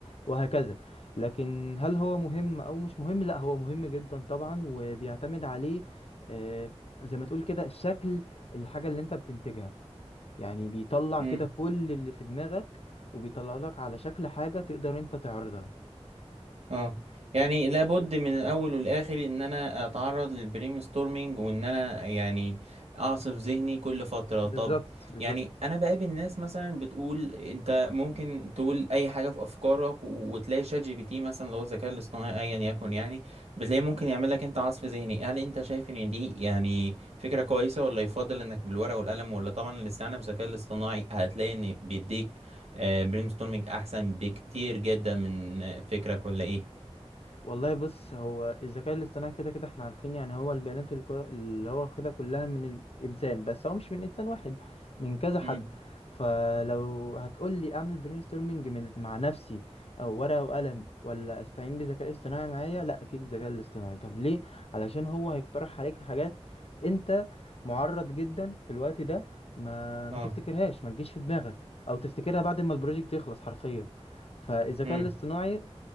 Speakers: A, on the left (about 65°); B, on the right (about 75°).
A: وهكذا لكن هل هو مهم او مش مهم لا هو مهم جدا طبعا وبيعتمد عليه آه، زي ما تقول كده شكل الحاجه اللي انت بتنتجها يعني بيطلع
B: امم
A: كده كل اللي في دماغك وبيطلع لك على شكل حاجه تقدر انت تعرضها
B: اه يعني لابد من الاول والاخر ان انا اتعرض للبرين ستورمينج وان انا يعني اعصف ذهني كل فتره
A: بالظبط
B: طب
A: بالظبط
B: يعني انا بقابل ناس مثلا بتقول انت ممكن تقول اي حاجه في افكارك و- وتلاقي شات جي بي تي مثلا اللي هو الذكاء الاصطناعي ايا يكن يعني بتلاقي ممكن يعمل لك انت عصف ذهني هل انت شايف ان دي يعني فكره كويسه ولا يفضل انك بالورقه والقلم ولا طبعا الاستعانه بالذكاء الاصطناعي هتلاقي ان بيديك برين ستورمينج احسن بكتير جدا من آه، فكره كلها ايه
A: والله بص هو الذكاء الاصطناعي كده كده احنا عارفين يعني هو البيانات الكو- اللي هو واخدها كلها من الانسان بس هو مش من انسان واحد من كذا حد
B: مم.
A: فلو هتقول لي اعمل برين ستورمنج من مع نفسي او ورقه وقلم ولا استعين بذكاء اصطناعي معايا لا اكيد الذكاء الاصطناعي طب ليه علشان هو هيقترح عليك حاجات انت معرض جدا في الوقت ده ما ما
B: اه
A: تفتكرهاش ما تجيش في دماغك او تفتكرها بعد ما البروجكت يخلص حرفيا فالذكاء
B: مم.
A: الاصطناعي